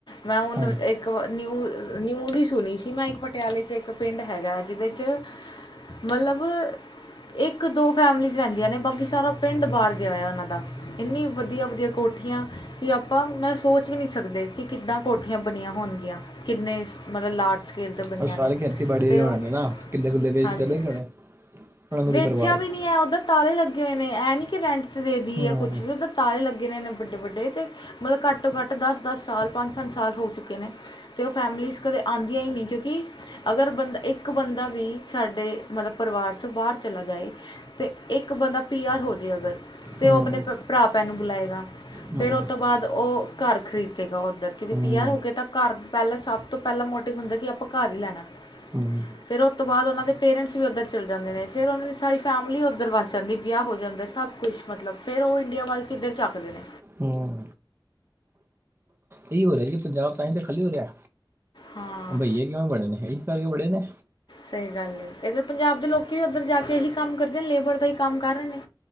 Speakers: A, on the left (about 65°); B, on the right (about 30°).
A: ਮੈਂ ਹੁਣ
B: ਹਾਂਜੀ
A: ਇੱਕ ਇੱਕ ਨਿਊਜ਼, ਨਿਊਜ਼ ਈ ਸੁਣੀ ਸੀ ਮੈਂ ਇੱਕ ਪਟਿਆਲੇ 'ਚ ਇੱਕ ਪਿੰਡ ਹੈਗਾ ਜਿਹਦੇ 'ਚ ਮਤਲਬ ਇੱਕ ਦੋ ਫੈਮਲੀਜ਼ ਰਹਿੰਦੀਆਂ ਨੇ, ਬਾਕੀ ਸਾਰਾ ਪਿੰਡ ਬਾਹਰ ਗਿਆ ਉਹਨਾਂ ਦਾ, ਇੰਨੀ ਵਧੀਆ ਵਧੀਆ ਕੋ ਠੀਆਂ ਕਿ ਆਪਾਂ ਮਤਲਬ ਸੋਚ ਵੀ ਨੀ ਸਕਦੇ ਕਿ ਕਿੱਦਾਂ ਕੋਠੀਆਂ ਬਣੀਆਂ ਹੋਣਗੀਆਂ। ਕਿੰਨੇ ਮਤਲਬ ਲਾਰਜ ਸਕੇਲ 'ਤੇ ਬਣੀਆ
B: ਉਹ ਸਾਰੇ
A: ਨੇ।
B: ਖੇਤੀਬਾੜੀ
A: ਅਤੇ
B: ਦੇ ਹੋਣਗੇ
A: ਉਹ
B: ਨਾ, ਕਿਲੇ ਕੁਲੇ ਵੇਚ
A: ਹਾਂਜੀ
B: ਕੇ ਚਲੇ ਗਏ ਹੋਣੇ। ਉਹਨਾਂ ਨੂੰ
A: ਵੇਚਿਆ
B: ਕੀ ਪਰਵਾਹ ਹੈ
A: ਵੀ ਨੀ ਐ ਉਧਰ ਤਾਲੇ ਲੱਗੇ ਹੋਏ ਨੇ, ਇਹ ਨੀ ਕਿ ਰੈਂਟ ਤੇ ਦੇ ਦੀ
B: ਹੂੰ
A: ਐ ਕੁਛ ਵੀ ਉਧਰ, ਤਾਲੇ ਲੱਗੇ ਨੇ ਵੱਡੇ-ਵੱਡੇ ਤੇ। ਮਤਲਬ ਘੱਟ ਤੋਂ ਘੱਟ ਦਸ-ਦਸ ਸਾਲ ਪੰਜ-ਪੰਜ ਸਾਲ ਹੋ ਚੁੱਕੇ ਨੇ ਤੇ ਉਹ ਫੈਮਲੀਜ਼ ਕਦੇ, ਆਦੀਆਂ ਈ ਨੀ, ਕਿਉਂਕਿ ਅਗਰ ਬੰਦਾ ਇੱਕ ਬੰਦਾ ਵੀ ਸਾਡੇ ਮਤਲਬ ਪਰਿਵਾਰ 'ਚ ਚੋ ਬਾਹਰ ਚਲਾ ਜਾਏ, ਤੇ ਇੱਕ ਬੰਦਾ ਪੀ ਆਰ ਹੋ ਜਾਵੇ ਅਗਰ। ਤੇ
B: ਹੂੰ
A: ਉਹ ਆਪਣੇ ਭਰਾ ਭੈਣ ਨੂੰ ਬੁਲਾਏਗਾ,
B: ਹੂੰ
A: ਫਿਰ ਉਹ ਤੋਂ ਬਾਅਦ ਉਹ ਘਰ ਖ਼ਰੀਦੇਗਾ ਉੱਧਰ। ਕਿਉਂਕਿ
B: ਹੂੰ
A: ਪੀ ਆਰ ਹੋ ਕੇ ਤਾਂ ਘਰ ਪਹਿਲਾਂ ਸਭ ਤੋਂ ਪਹਿਲਾਂ ਮੋਟਿਵ ਹੁੰਦਾ ਕਿ ਆਪਾਂ ਘਰ ਈ ਲੈਣਾ।
B: ਹੂੰ
A: ਫਿਰ ਓਤੋਂ ਬਾਦ ਉਹਨਾਂ ਦੇ ਪੇਰੈਂਟ ਵੀ ਉੱਧਰ ਚੱਲ ਜਾਂਦੇ ਨੇ ਫਿਰ ਉਹਨਾਂ ਦੀ ਸਾਰੀ ਫੈਮਿਲੀ ਉੱਧਰ ਵੱਸ ਜਾਂਦੀ ਐ ਵਿਆਹ ਹੋ ਜਾਂਦਾ, ਸਭ ਕੁਛ ਮਤਲਬ ਫਿਰ ਉਹ ਇੰਡੀਆ ਵੱਲ ਕਿੱਧਰ ਚੱਕਦੇ ਨੇ।
B: ਹੂੰ, ਇਹੀ ਹੋ ਰਿਆ ਜੀ ਪੰਜਾਬ ਤਾਂ ਹੀ ਤੇ ਖੱਲੀ ਹੋ ਰਿਆ,
A: ਹਾਂ
B: ਬਈਏ ਕਿਉਂ ਵੜੇ ਨੇ ਇਹ, ਇਸ ਕਰ ਕੇ ਵੜੇ ਨੇ,
A: ਸਹੀ ਗੱਲ ਐ, ਇੱਧਰ ਪੰਜਾਬ ਦੇ ਲੋਕੀ ਵੀ ਉੱਧਰ ਜਾ ਕੇ ਇਹੀ ਕੰਮ ਕਰਦੇ ਨੇ, ਲੇਬਰ ਦਾ ਹੀ ਕੰਮ ਕਰ ਰਹੇ ਨੇ।